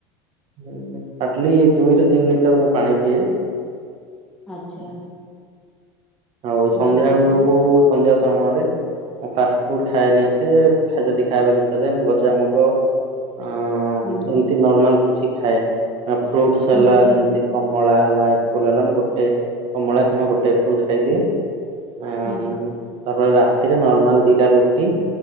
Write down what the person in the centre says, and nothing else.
ଆଚ୍ଛା।
ଭଲ କଥା
ହୁଁ
ହୁଁ ହୁଁ
ହୁଁ।